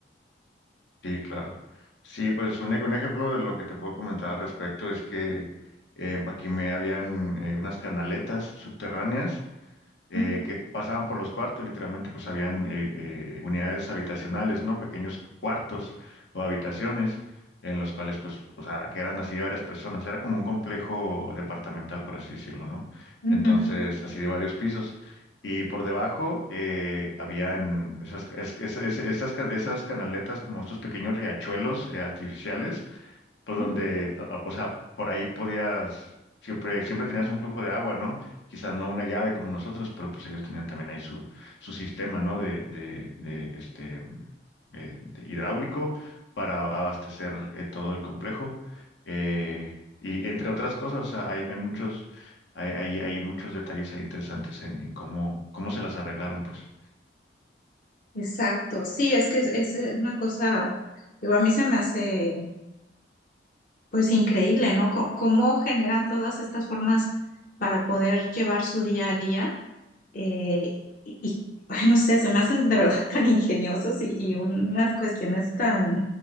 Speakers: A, on the left; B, on the left.
A: Sí, claro. Sí, pues un, e- un ejemplo de lo que te puedo comentar al respecto es que eh, en Paquimé habían eh, unas canaletas subterráneas eh,
B: Ujú,
A: que pasaban por los cuartos, literalmente pues habían eh, eh, unidades habitacionales, ¿no? Pequeños cuartos o habitaciones en los cuales pues, o sea, que eran así de varias personas, era como un complejo departamental, por así decirlo, ¿no?
B: ujú,
A: Entonces, así de varios pisos. Y por debajo eh, habían esas, es- es- es- esas, ca- esas canaletas, como estos pequeños riachuelos eh, artificiales, pues
B: ujú.
A: donde, a- a- o sea, por ahí podías, siempre, siempre tenías un flujo de agua, ¿no? Quizás no una llave como nosotros, pero pues ellos tenían también ahí su, su sistema, ¿no? De, de, de este, mm, eh, de hidráulico para abastecer eh, todo el complejo. Eh, y entre otras cosas, o sea, hay, hay muchos, hay, hay, hay muchos detalles ahí interesantes en, en cómo, cómo se las arreglaron, pues.
B: Exacto, sí, es que es, es eh, una cosa, digo, a mí se me hace pues increíble, ¿no? Co- Cómo, generan todas estas formas para poder llevar su día a día eh, y, y, ay, no sé, se me hacen de verdad <laughs> tan ingeniosos y, y unas cuestiones tan,